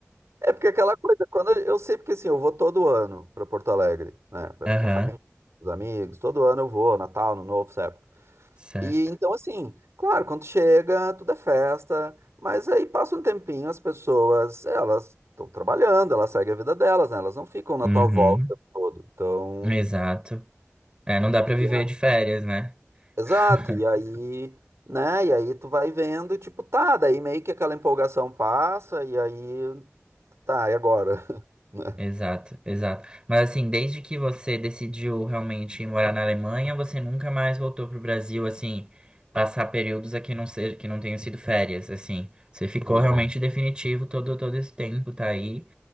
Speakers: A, on the right (about 70°); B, on the right (about 20°).
A: É porque aquela coisa, quando a- eu sei porque assim, eu vou todo ano para Porto Alegre, né? Pra
B: Aham,
A: Minha família, os amigos, todo ano eu vou, Natal, no Novo, sabe?
B: certo.
A: E então, assim, claro, quando chega, tudo é festa, mas aí passa um tempinho, as pessoas, elas estão trabalhando, elas seguem a vida delas, né? Elas não ficam na
B: Uhum,
A: tua volta o tempo todo. Então,
B: exato. É, não dá pra
A: e
B: viver
A: a-
B: de férias, né?
A: exato,
B: <laughs>
A: e aí, né? E aí tu vai vendo, tipo, tá, daí meio que aquela empolgação passa, e aí, tá, e agora? <laughs> né?
B: Exato, exato. Mas assim, desde que você decidiu realmente ir morar na Alemanha, você nunca mais voltou pro Brasil, assim, passar períodos aqui não ser, que não tenham sido férias, assim. Você ficou
A: Não.
B: realmente definitivo todo, todo esse tempo, tá aí.